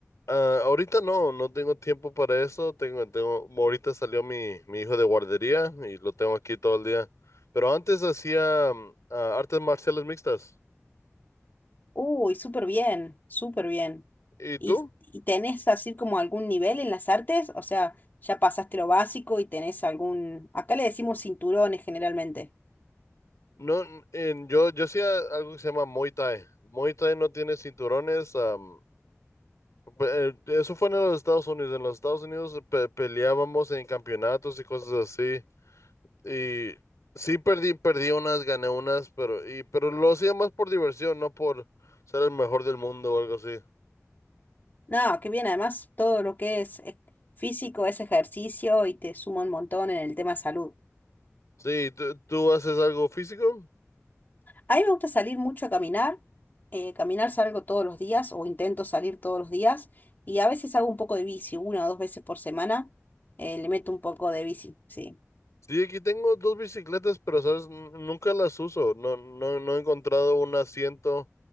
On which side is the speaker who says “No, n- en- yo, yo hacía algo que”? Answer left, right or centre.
Left